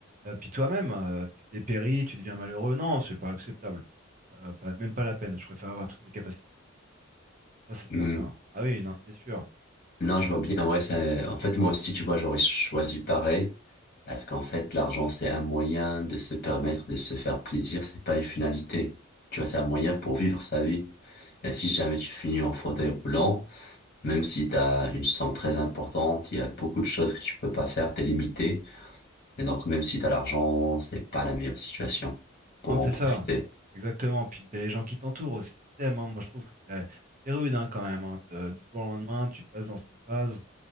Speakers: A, on the right; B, on the left.
A: euh, puis toi-même, euh, tu dépéris, tu deviens malheureux. Non, c'est pas acceptable. Euh, pas- même pas la peine. Je préfère avoir toutes mes capacités. Ça, c'est
B: Hmm.
A: certain. Ah oui, non, c'est sûr.
B: Non,
A: C'est,
B: je
A: euh,
B: vois bien,
A: c'est-
B: ouais, c'est, en fait, moi aussi, tu vois, j'aurais choisi pareil. Parce qu'en fait, l'argent, c'est un moyen de se permettre de se faire plaisir, c'est pas une finalité. Tu vois, c'est un moyen pour vivre sa vie. Et si jamais tu finis en fauteuil roulant, même si t'as une somme très importante, il y a beaucoup de choses que tu peux pas faire, t'es limité. Et donc, même si t'as l'argent, c'est pas la meilleure situation pour
A: Non, c'est
B: en profiter.
A: ça. Exactement. Puis t'as les gens qui t'entourent aussi, qui t'aiment. hein. Moi, je trouve que c'est c'est rude hein, quand même. hein. De- Du jour au lendemain, tu passes dans cette phase.